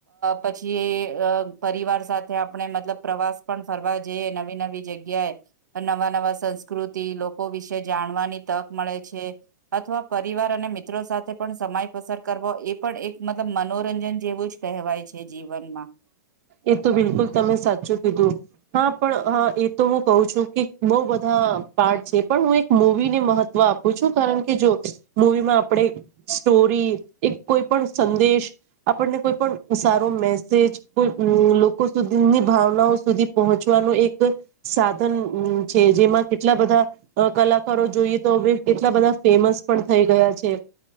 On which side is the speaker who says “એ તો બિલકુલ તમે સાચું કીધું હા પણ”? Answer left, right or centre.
Right